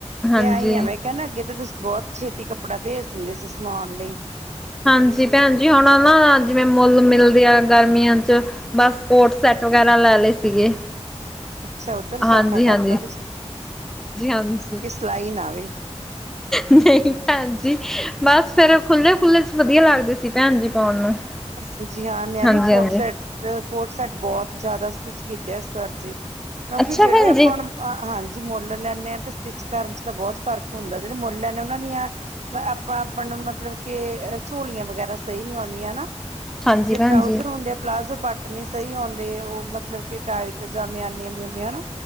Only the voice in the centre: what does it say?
ਹਾਂਜੀ।
ਹਾਂਜੀ ਭੈਣ ਜੀ ਹੁਣ ਨਾ ਜਿਵੇਂ ਮੁੱਲ ਮਿਲਦੇ ਆ, ਗਰਮੀਆਂ 'ਚ'। ਬਸ ਕੋੋਟ ਸੈੱਟ ਵਗੇਰਾ ਲੈ ਲਏ ਸੀਗੇ‌‌।
ਹਾਂਜੀ-ਹਾਂਜੀ,
ਹਾਂਜੀ-ਹਾਂਜੀ।
ਨਈ ਭੈਨ ਜੀ। ਬਸ ਫੇਰ ਖੁੱਲੇ-ਖੁੱਲੇ'ਚ'ਵਧੀਆ ਲੱਗਦੇ ਸੀ, ਭੈਨ ਜੀ ਪਾਉਣ ਨੂੰ।
ਹਾਂਜੀ
ਹਾਂਜੀ
ਅੱਛਾ
ਭੈਣ
ਜੀ
ਹਾਂਜੀ
ਭੈਣ
ਜੀ